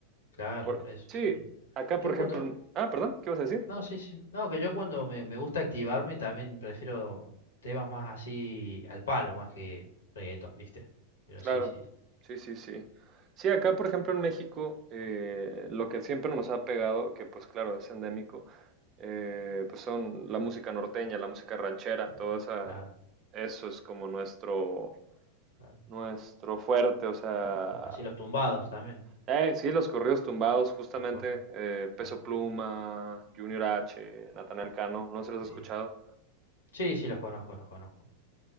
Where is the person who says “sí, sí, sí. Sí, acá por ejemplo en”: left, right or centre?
Right